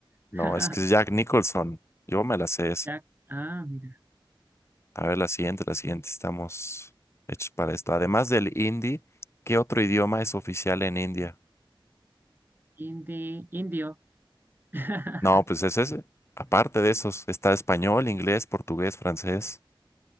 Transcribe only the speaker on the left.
No, es que es Jack Nicholson. Yo me la sé esa.
A ver, la siguiente, la siguiente. Estamos hechos para esto. Además del hindi, ¿qué otro idioma es oficial en India?
No, pues ese es, aparte de esos, está español, inglés, portugués, francés,